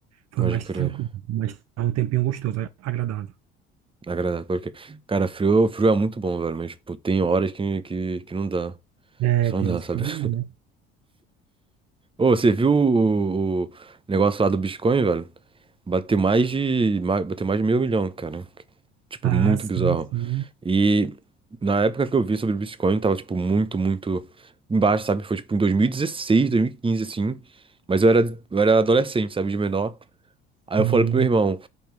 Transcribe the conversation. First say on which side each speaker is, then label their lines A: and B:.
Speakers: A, on the right; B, on the right.
A: Foi
B: pode
A: mais
B: crer.
A: tranquilo, mas tá um tempinho gostoso, agradável.
B: Agradável, pode crer. Cara, frio, frio é muito bom, velho, mas, tipo, tem horas que, que, que não dá.
A: É,
B: Só
A: tem
B: não dá,
A: horas
B: sabe?
A: que não,
B: <laughs>
A: dá, né?
B: Ô, você viu o, o negócio lá do Bitcoin, velho? Bateu mais de, mais, bateu mais de meio milhão, cara. Tipo,
A: Ah,
B: muito
A: sim,
B: bizarro.
A: sim,
B: E na época que eu vi sobre o Bitcoin, tava, tipo, muito, muito embaixo, sabe? Foi, tipo, em dois dois mil mil e dezesseis, dois mil e quinze, assim. Mas eu era, eu era adolescente, sabe? De menor. Aí
A: sim,
B: eu falei pro meu irmão,